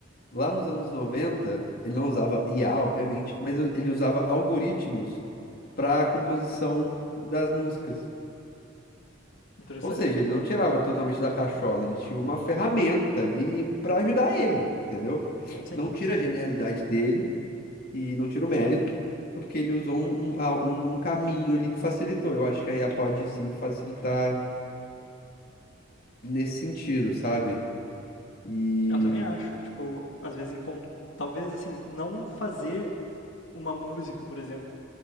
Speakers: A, on the left; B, on the left.
A: Lá nos anos 90 ele não usava IA, obviamente, mas ele usava algoritmos para a composição das músicas.
B: Interessante.
A: Ou seja, ele não tirava totalmente da cachola, ele tinha uma ferramenta ali para ajudar ele, entendeu?
B: Sim,
A: Não tira a genialidade dele e não tira o mérito, porque ele usou um, um, a- um um caminho ali que facilitou. Eu acho que a IA pode sim facilitar nesse sentido, sabe? E
B: eu também acho. Tipo, às vezes, encon- talvez assim, não fazer uma música, por exemplo,